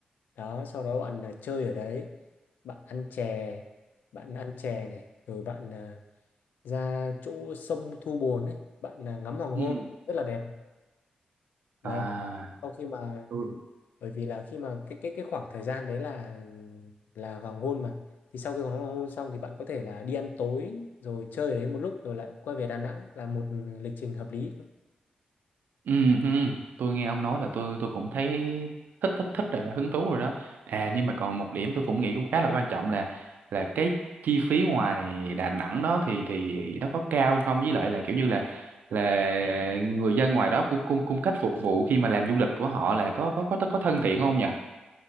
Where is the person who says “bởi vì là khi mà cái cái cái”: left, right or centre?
Left